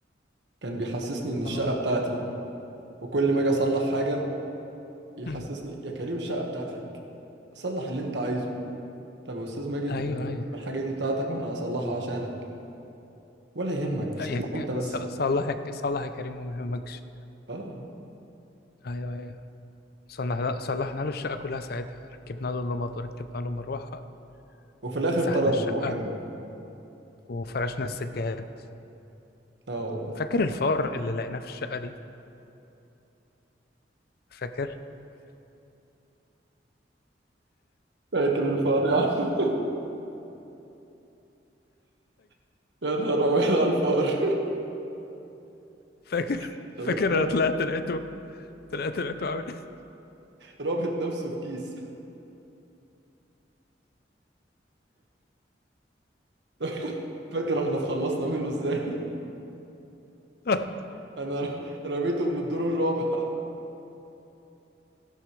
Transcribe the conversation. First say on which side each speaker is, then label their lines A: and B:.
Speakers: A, on the right (about 75°); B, on the left (about 55°).
A: كان بيحسسني إن الشقة
B: آه
A: بتاعتي وكل ما أجي أصلح حاجة يحسسني
B: مم.
A: يا كريم الشقة بتاعتك صلح اللي أنت عايزه طب يا أستاذ ماجد
B: أيوه
A: آه،
B: أيوه
A: الحاجة دي بتاعتك ما أنا هصلحها عشانك ولا يهمك
B: يا
A: صلح
B: ك-
A: أنت بس
B: ص- صلحك صلح يا كريم وما يهمكش
A: اه
B: أيوه أيوه صلحنا صلحنا له الشقة كلها ساعتها ركبنا له اللمض وركبنا له مروحة
A: وفي الآخر
B: مسحنا
A: طردنا
B: الشقة
A: هو كمان
B: وفرشنا السجاد
A: اه والله
B: فاكر الفار اللي لقيناه في الشقة دي؟ فاكر
A: فاكر الفار يا عم <laughs> يا نهار أبيض على الفار
B: فاكر
A: <laughs>
B: فاكر
A: طب أنت فاكر
B: انا طلعت لقيته طلعت لقيته عامل <laughs>
A: رابط نفسه في كيس <laughs> فاكر احنا اتخلصنا منه ازاي
B: إيه؟
A: <laughs> انا ر- رميته من الدور الرابع <laughs>